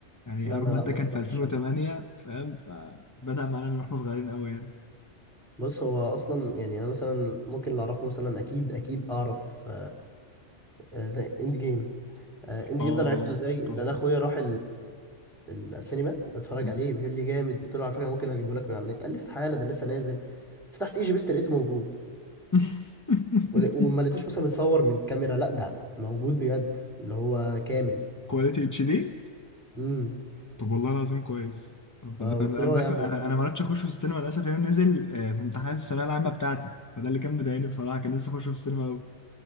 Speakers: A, on the left; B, in the centre.
A: يعني
B: لا
A: ايرون
B: أنا
A: مان
B: لأ
A: ده
B: ما
A: كان
B: اتفرجتش
A: في 2008
B: عليه
A: فاهم فبدأ معانا من واحنا صغيرين قوي يعني
B: بص هو أصلا يعني أنا مثلا ممكن اللي أعرفه مثلا أكيد أكيد أعرف ذا إند جيم اند
A: اه
B: جيم ده انا عرفته ازاي
A: تحفه
B: ان انا اخويا راح السينما بتفرج
A: مم.
B: عليه بيقول لي جامد قلت له على فكره ممكن اجيبه لك من على النت قال لي استحاله ده لسه نازل فتحت اي جي بيست لقيته موجود
A: <laughs>
B: ول- وما لقيتوش مثلا متصور من كاميرا لا ده موجود بجد اللي هو كامل
A: كواليتي اتش دي
B: امم
A: طب والله العظيم كويس طب
B: فقلت
A: ده- انا
B: له
A: أنا
B: آه
A: داخل
B: يا عم
A: انا
B: ده موجود
A: انا ما عرفتش اخشه في السينما للاسف لانه نزل آه، في امتحانات الثانويه العامه بتاعتي فده اللي كان مضايقني
B: مم.
A: بصراحه كان نفسي اخشه في السينما قوي